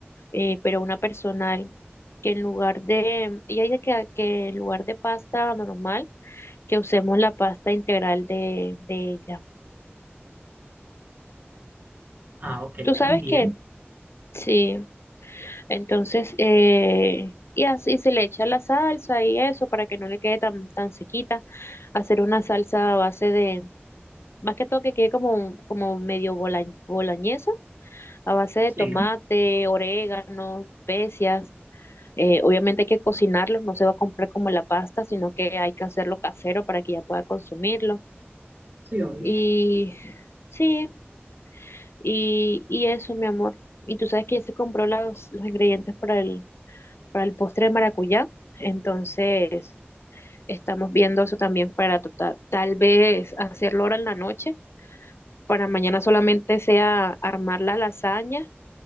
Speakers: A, on the left; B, on the right.
A: eh, pero una personal, que en lugar de, ella dice que, que en lugar de pasta normal, que usemos la pasta integral de, de ella.
B: Ah, ok,
A: ¿Tú sabes
B: también.
A: qué? Sí, entonces, eh, y así se le echa la salsa y eso para que no le quede tan, tan sequita, hacer una salsa a base de, más que todo que quede como, como medio bola, boloñesa, a base de
B: Sí,
A: tomate, orégano, especias Eh, obviamente hay que cocinarlos, no se va a comprar como la pasta, sino que hay que hacerlo casero para que ya pueda consumirlo.
B: Sí, obvio.
A: Y sí, y, y eso, mi amor. Y tú sabes que ya se compró los, los ingredientes para el, para el postre de maracuyá, entonces estamos viendo eso también para tota- tal vez hacerlo ahora en la noche, para mañana solamente sea armar la lasaña